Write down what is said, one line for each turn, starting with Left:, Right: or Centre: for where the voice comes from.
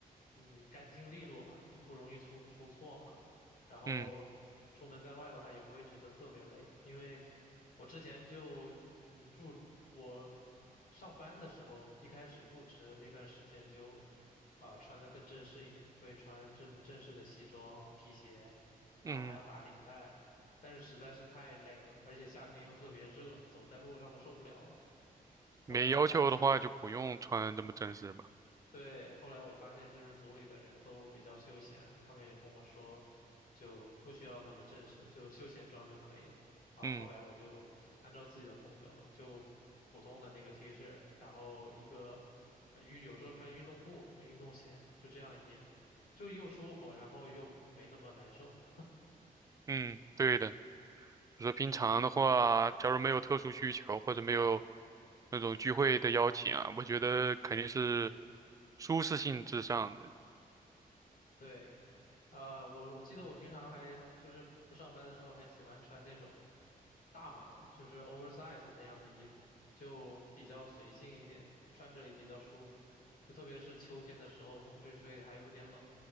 Left: 嗯干净利落吧，就不容易出出错嘛。然后出门在外的话也不会觉得特别累，
Right: 嗯
Left: 因为我之前就嗯入我上班的时候，一开始入职那段时间就啊、穿的更正式一点，会穿正正式的西装、皮鞋，然后还要打领带，
Right: 嗯，
Left: 但是实在是太累了，而且夏天又特别热，走在路上都受不了了。后来我发现。
Right: 没要求的话就不用穿这么正式吧。
Left: 对，后来我发现就是组里的人都比较休闲，他们也跟我说，就不需要那么正式，就休闲装就可以了。然后后来我就按照自己的风格嘛，
Right: 嗯
Left: 就普通的那个 T 恤，然后一个呃运有时候穿运动裤和运动鞋，就这样也就又舒服，然后又没那么难受嘛。
Right: 嗯，对的，就说平常的话，假如没有特殊需求或者没有那种聚会的邀请啊，我觉得肯定是舒适性至上的。
Left: <laughs> 对，呃，我我记得我平常还就是不上班的时候，还喜欢穿那种大码的，就是 oversize 那样的衣服，就比较随性一点，穿着也比较舒服。就特别是秋天的时候，风吹吹还有点冷，